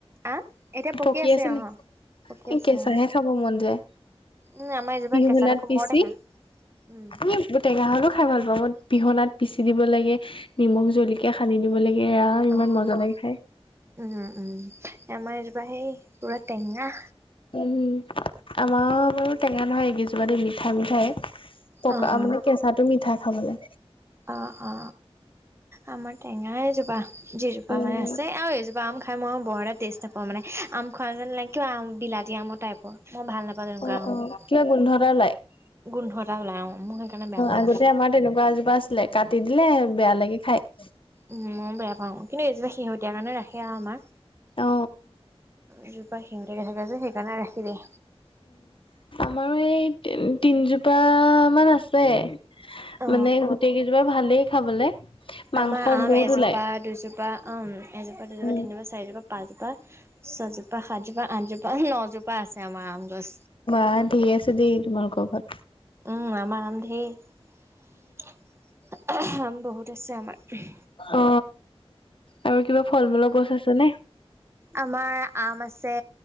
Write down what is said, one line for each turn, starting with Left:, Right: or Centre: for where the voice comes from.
Right: আহ এতিয়া
Left: পকি আছে
Right: অ
Left: নেকি
Right: পকি আছে
Left: কেঁচাহে
Right: অ
Left: খাব মন যায়
Right: উম আমাৰ এজোপা
Left: পিহুনাত
Right: কেঁচাত আকৌ
Left: পিচি
Right: বৰ টেঙা উম
Left: আমটো টেঙা হলো খাই ভাল পাওঁ মই পিহনাত পিচি দিব লাগে নিমখ জলকীয়া সানি দিব লাগে এয়া ইমান
Right: অ উম
Left: মজা লাগে খাই
Right: উ উম আমাৰ এই তাই পুৰা টেঙা
Left: উম আমাৰ বাৰু টেঙা নহয় এইকেইজোপা দি মিঠা মিঠায়ে পকা
Right: অ অ
Left: মানে কেঁচাটো মিঠা খাবলৈ
Right: অ অ আমাৰ টেঙা এইজোপা যিজোপা
Left: উম
Right: মানে আছে আৰু এইজোপা আম খাই মই বৰ এটা টেষ্ট নাপাওঁ মানে আম খোৱা যেন লাগে কিয় আম বিলাতী আমৰ টাইপৰ মই ভাল নাপাওঁ তেনেকুৱা
Left: অ
Right: আমবোৰ
Left: কিবা গোন্ধ এটা ওলাই অ
Right: গোন্ধ এটা ওলাই অ মোৰ সেইকাৰণে বেয়া পাওঁ
Left: আগতে
Right: আমজোপা
Left: আমাৰ তেনেকুৱা এজোপা আছিলে কাটি দিলে বেয়া লাগে খাই
Right: উম বেয়া পাওঁ কিন্তু এজোপা শেহতীয়া কাৰণে ৰাখে আৰু আমাৰ
Left: অ অ
Right: এইজোপা শেহতিয়াকে থাকে যে সেইকাৰণে ৰাখি দিয়ে
Left: আমাৰ এই তিনিজোপা মান আছে
Right: অ
Left: মানে গোটেই কেইজোপা ভালেই খাবলে মাংস
Right: আমাৰ আম
Left: বহুত
Right: এজোপা
Left: ওলাই
Right: দুজোপা অম এজোপা, দুজোপা,
Left: উম
Right: তিনিজোপা, চাৰিজোপা, পাঁচজোপা, ছজোপা, সাতজোপা, আঠজোপা, নজোপা আছে আমাৰ আম গছ
Left: অ ধেৰ আছে দেই ব ভাল
Right: উম আমাৰ আম ধেই আম বহুত আছে আমাৰ
Left: অ আৰু কিবা ফল মূলৰ গছ আছে নে?
Right: আমাৰ আম আছে